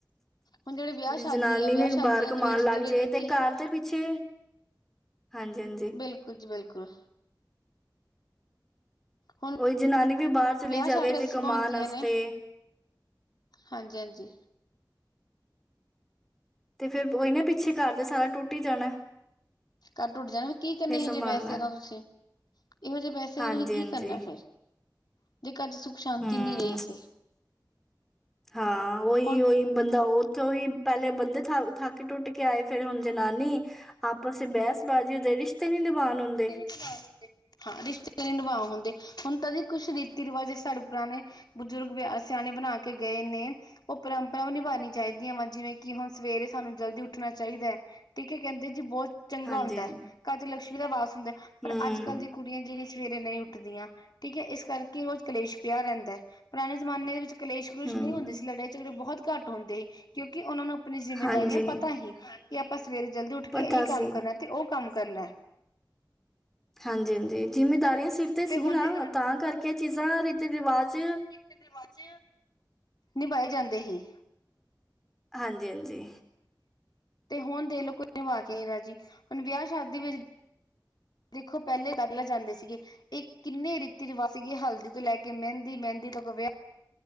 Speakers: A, on the left; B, in the centre.
A: ਹੁਣ ਜਿਹੜੇ ਵਿਆਹ ਸ਼ਾਦੀ
B: ਜਨਾਨੀ
A: ਹੈ ਵਿਆਹ
B: ਵੀ
A: ਸ਼ਾਦੀਆਂ
B: ਬਾਹਰ ਕਮਾਨ
A: ਦੇ ਵਿੱਚ
B: ਲੱਗ
A: ਜਿਹੜੇ
B: ਜੇ
A: ਰੀਤੀ
B: ਤੇ ਘਰ ਤੇ ਪਿੱਛੇ ਹਾਂਜੀ ਹਾਂਜੀ
A: ਬਿਲਕੁਲ ਜੀ ਬਿਲਕੁਲ ਹੁਣ
B: ਉਹੀ ਜਨਾਨੀ ਵੀ ਬਾਹਰ ਚਲੀ
A: ਵਿਆਹ
B: ਜਾਵੇ
A: ਸ਼ਾਦੀ
B: ਜੇ
A: ਰਸਮਾਂ
B: ਕਮਾਣ
A: ਹੁੰਦੀਆਂ
B: ਆਸਤੇ
A: ਨੇ ਹਾਂਜੀ ਹਾਂਜੀ
B: ਤੇ ਫੇਰ ਉਹਈ ਨਾ ਪਿੱਛੇ ਘਰ ਤੇ ਸਾਰਾ ਟੁੱਟ ਹੀ ਜਾਣੇ
A: ਘੱਰ ਟੂਟ ਜਾਣੇ ਫੇਰ ਕੀ ਕਰਨਾ ਇਹੋ
B: ਸੰਭਾਲਣਾ
A: ਜਿਹੇ ਪੈਸਿਆਂ ਦਾ ਤੁਸੀ, ਇਹੋ ਜਿਹੇ ਪੈਸਿਆਂ
B: ਹਾਂਜੀ
A: ਦਾ ਤੁਸੀ ਕੀ
B: ਹਾਂਜੀ
A: ਕਰਨਾ ਫੇਰ ਜੇ ਘਰ ਚ ਸੁਖ ਸ਼ਾਂਤੀ
B: ਹੂੰ
A: ਨਹੀਂ ਰਹੀ ਤੇ-
B: ਹਾਂ ਉਹੀ-ਉਹੀ
A: ਹੁਣ
B: ਬੰਦਾ ਉਥੋਂ ਹੀ ਪਹਿਲੇ ਬੰਦੇ ਥ ਥਾਕੇ ਟੁੱਟ ਕੇ ਆਏ ਫੇਰ ਹੁਨ ਜਨਾਨੀ ਆਪਸ ਚ ਬਹਿਸਬਾਜ਼ੀ ਉਹਦੇ ਰਿਸ਼ਤੇ ਨੀ ਨਿਬਾਨ ਹੁੰਦੇ
A: <unintelligible> ਹਾਂ ਰਿਸ਼ਤੇਦਾਰੀ ਨਿਭਾ ਹੁੰਦੇ, ਹੁਨ ਤਦੇ ਕੁਛ ਰੀਤੀ ਰਿਵਾਜ ਸਾਡੇ ਪੁਰਾਨੇ ਬਜ਼ੁਰਗ ਵੀ ਸਿਆਨੇ ਬਨਾ ਕੇ ਗਏ ਨੇ ਉਹ ਪਰੰਪਰਾਵਾ ਨਿਭਾਨੀ ਚਾਹੀਦੀਆਂ ਵਾ ਜਿਵੇ ਕਿ ਹੁਨ ਸਵੇਰੇ ਸਾਨੂੰ ਜਲਦੀ ਉਠ ਉੱਠਨਾ ਚਾਹੀਦੇ ਏ, ਠੀਕ ਹੈ। ਕਹਿਦੇ ਜੀ ਬਹੁਤ ਚੰਗਾ
B: ਹਾਂਜੀ
A: ਹੁੰਦਾ
B: ਹਾਂਜੀ
A: ਹੈ, ਘਾਰ ਚ ਲਕਸ਼ਮੀ ਦਾ ਵਾਸ ਹੁੰਦੇ ਪਰ
B: ਹੂੰ
A: ਅਜ ਕਲ ਦੀ ਕੁੜੀਆਂ ਜਿਹੜੀਆਂ ਸਵੇਰੇ ਨੀ ਉਠਦੀਆਂ, ਠੀਕ ਹੈ ਇਸ ਕਰਕੇ ਰੋਜ਼ ਕਲੇਸ਼ ਪਿਆ ਰਹਿੰਦੇ ਪੁਰਾਣੇ ਜ਼ਮਾਨੇ ਵਿਚ ਕਲੇਸ਼ ਕਲੂਸ਼
B: ਹੂੰ,
A: ਨਹੀ ਹੁੰਦੇ ਸੀ ਲੜਾਈ ਝਗੜੇ ਬਹੁਤ ਘੱਟ ਹੁੰਦੇ ਹੀ, ਕਿਉਕਿ ਉਹਨਾਂ ਨੂੰ ਅਪਨੀ ਜਿੰਮੇਦਾਰੀਆਂ
B: ਹਾਂਜੀ,
A: ਪਤਾ ਹੀ ਕਿ ਆਪਾਂ ਸਵੇਰੇ ਜਲਦੀ ਉਠ ਕੇ
B: ਪਤਾ
A: ਏਹੀ
B: ਸੀ।
A: ਕੰਮ ਕਰਨੇ, ਤੇ ਉਹ ਕੰਮ ਕਰਨੇ
B: ਹਾਂਜੀ-ਹਾਂਜੀ ਜਿਮੀਂਦਾਰੀਆਂ ਸਿਰ ਤੇ ਸੀ
A: ਹੁਣ
B: ਨਾ
A: ਜੇ
B: ਤਾਂ ਕਰਕੇ ਇਹ ਚੀਜ਼ਾਂ ਰੀਤੀ ਰਿਵਾਜ਼
A: ਰੀਤੀ ਰਿਵਾਜ ਨਿਭਾਏ ਜਾਂਦੇ ਹੀ
B: ਹਾਂਜੀ ਹਾਂਜੀ
A: ਤੇ ਹੁਨ ਦੇਖ ਲੋ ਕੋਈ ਨਿਵਾ ਕੇ ਨੀ ਰਾਜੀ, ਹੁਣ ਵਿਆਹ ਸ਼ਾਦੀ ਵਿੱਚ ਦੇਖੋ ਪਹਿਲੇ ਪਹਿਲਾਂ ਜਾਂਦੇ ਸੀਗੇ ਇਹ ਕਿੰਨੇ ਰੀਤੀ ਰਿਵਾਜ਼ ਸੀਗੇ ਹਲਦੀ ਤੋਂ ਲੈ ਕੇ ਮੇਹਿੰਦੀ, ਮੇਹਿੰਦੀ ਤੱਕ ਵਿਆਹ